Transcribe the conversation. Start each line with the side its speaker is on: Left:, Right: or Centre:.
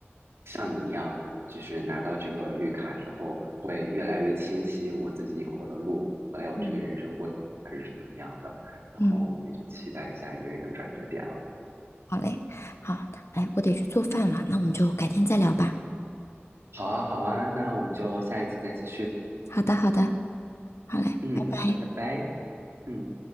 Right: 像你一样，就是拿到这个绿卡之后，会越来越清晰我自己以后的路，还有这个人生规划是什么样的，
Left: 嗯
Right: 然后也就期待下一个人生转折点了。
Left: 嗯，好嘞，好，哎，我得去做饭了，那我们就改天再聊吧。
Right: 好啊，好啊，那我们就下一次再继续。
Left: 好的，好的，好嘞，
Right: 嗯，
Left: 拜拜。
Right: 好的，拜拜。嗯。